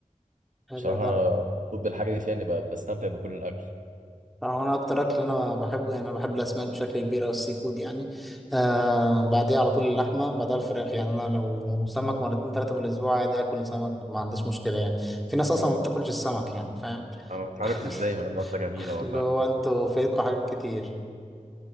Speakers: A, in the centre; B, on the right (about 75°).
A: حلو
B: فبصراحه
A: ده
B: انا مبسوط بالحاجه دي فيها اني ب- بستمتع بكل الاكل
A: آه، انا اكتر اكل انا بحبه يعني انا بحب الاسماك بشكل كبير او السي فود يعني آه بعديها على طول اللحمه بعدها الفراخ يعني انا لو سمك مرتين ثلاثه في الاسبوع عادي اكل سمك ما عنديش مشكله يعني في ناس اصلا ما بتاكلش السمك يعني فاهم
B: انا مش عارف
A: <laughs>
B: ازاي مع انه اكله جميله والله
A: اللي هو انتوا فايتكم حاجات كتير